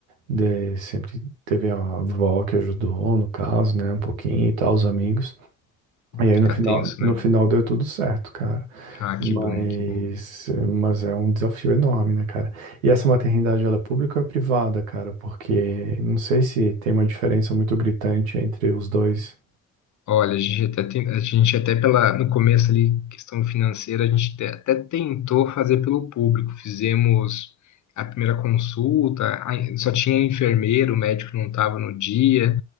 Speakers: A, on the right; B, on the left.
A: de- sempre teve a avó que ajudou, no caso, né, um pouquinho e tal, os amigos. E aí
B: Fica
A: no final,
B: tenso,
A: no
B: né?
A: final deu tudo certo, cara.
B: Ah,
A: Mas,
B: que bom, que bom.
A: mas é um desafio enorme, né, cara? E essa maternidade, ela é pública ou é privada, cara? Porque não sei se tem uma diferença muito gritante entre os dois.
B: Olha, a gente até tem, a gente até pela, no começo ali, questão financeira, a gente te- até tentou fazer pelo público. Fizemos a primeira consulta, a- só tinha enfermeiro, o médico não estava no dia,